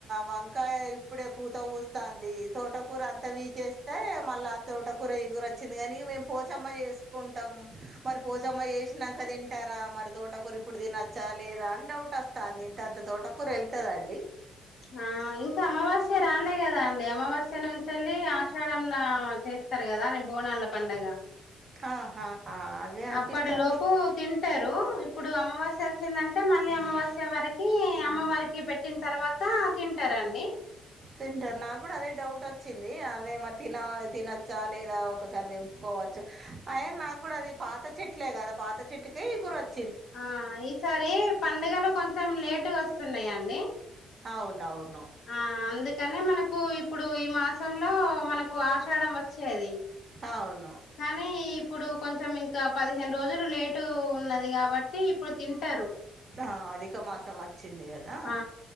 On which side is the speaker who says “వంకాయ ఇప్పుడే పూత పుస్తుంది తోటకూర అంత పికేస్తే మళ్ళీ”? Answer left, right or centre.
Right